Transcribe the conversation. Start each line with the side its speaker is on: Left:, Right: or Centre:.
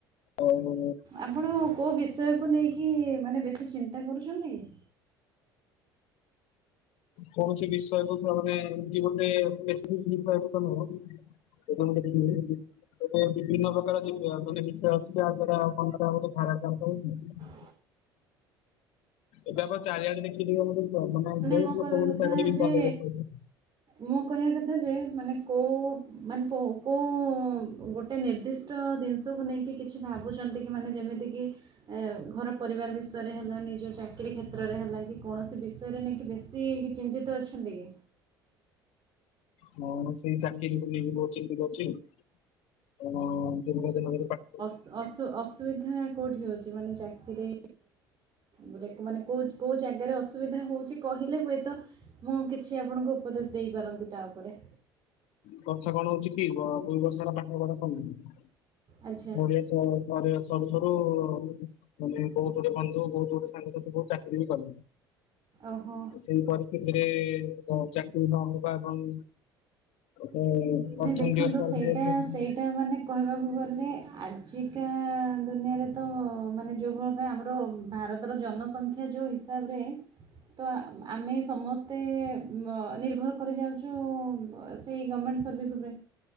Left: ଆଉ।
Right: ଆପଣ କେଉଁ ବିଷୟକୁ ନେଇକି ମାନେ ବେଶୀ ଚିନ୍ତା କରୁଚନ୍ତି କି?
Left: କୌଣସି ବିଷୟ <unintelligible> ମାନେ ଗୋଟେ <unintelligible> ନୁହଁ। <inaudible> ଏବେ ବିଭିନ୍ନ ପ୍ରକାର ବିଚାର ଯେ ଅଛି ଯାହାଦ୍ୱାରା <unintelligible>
Right: <inaudible>
Left: ଏବେ ଆପଣ ଚାରିଆଡେ ଦେଖିଥିବେ ମାନେ ବହୁତ୍
Right: ମୋ
Left: ଲୋକ
Right: କହିବା
Left: ମାନେ
Right: କଥା ଯେ ମୁଁ କହିଆ କଥା ଯେ ମାନେ କୋଉ ମାନେ କୋଉ ଗୋଟେ ନିର୍ଦ୍ଦିଷ୍ଟ ଜିନିଷକୁ ନେଇକି କିଛି ଭାବୁଚନ୍ତି କି ମାନେ ଯେମିତି କି ଘର ପରିବାର ବିଷୟରେ ହେଲା ନିଜ ଚାକିରୀ କ୍ଷେତ୍ରରେ ହେଲା କି କୌଣସି ବି ଷୟରେ ନେଇକି ବେଶୀ ଚିନ୍ତିତ ଅଛନ୍ତି କି?
Left: ହଁ ସେଇ ଚାକିରି କୁ ନେଇକି ବହୁତ୍ ଚିନ୍ତିତ ଅଛି ଆଉ। <unintelligible> ଦୀର୍ଘ ଦିନ ଧରି ପା
Right: ଆସୁ ଅସୁବିଧା କୋଉଠି ହେଉଚି ମାନେ ଚାକିରି ଗୋଟ ମାନେ କୋଉ-କୋଉ ଜାଗାରେ ଅସୁବିଧା ହେଉଚି କହିଲେ ହୁଏତ ମୁଁ କିଛି ଆପଣଙ୍କୁ ଉପଦେଶ ଦେଇପାରନ୍ତି ତା ଉପରେ।
Left: କଥା କଣ ହଉଚି କି ଦୁଇ ବର୍ଷ ହେଲା ପାଠପଢା <unintelligible>
Right: ଆଚ୍ଛା
Left: <unintelligible> ସରୁ-ସରୁ ମାନେ ବହୁତ୍ ଗୁଡ଼େ ବନ୍ଧୁ ବହୁତ୍ ଗୁଡ଼େ ସାଙ୍ଗସାଥି ବହୁତ୍ ଚାକିରି ବି କଲେ।
Right: ଓହୋ।
Left: ସେଇ ପରିସ୍ଥିତିରେ କଣ ଚାକିରି ନହବା ଏବଂ ଗୋଟେ
Right: ନାଇଁ
Left: ଅର୍ଥନୈତିକ
Right: ଦେଖନ୍ତୁ
Left: ପରିସ୍ଥିତି
Right: ସେଇଟା-ସେଇଟା ମାନେ କହିବାକୁ ଗଲେ ଆଜିକା ଦୁନିଆରେ ତ ମାନେ <unintelligible> ଆମର ଭାରତ ତର ଜନସଂଖ୍ୟା ଯୋଉ ହିସାବରେ ତ ଆମେ ସମସ୍ତେ ଅ ନିର୍ଭର କରିଯାଉଚୁ ସେଇ ଗମେଣ୍ଟ ସର୍ଭିସ୍ ଉପରେ,